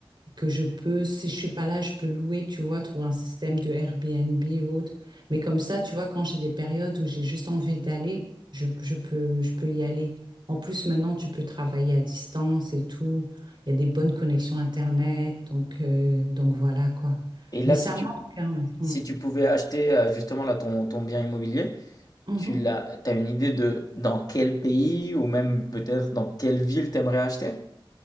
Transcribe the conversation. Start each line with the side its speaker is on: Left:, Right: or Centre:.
Right: que je peux, si je suis pas là, je peux louer, tu vois, trouver un système de Airbnb ou autre. Mais comme ça, tu vois, quand j'ai des périodes où j'ai juste envie d'aller, je, je peux, je peux y aller. En plus, maintenant, tu peux travailler à distance et tout. Il y a des bonnes connexions Internet. Donc, euh, donc voilà, quoi.
Left: Et là,
Right: Mais ça
Left: si tu,
Right: manque, hein, ouais. Mm.
Left: si tu pouvais acheter euh, justement là, ton, ton bien immobilier,
Right: Mhm.
Left: tu l'as, t'as une idée de dans quel pays ou même peut-être dans quelle ville t'aimerais acheter?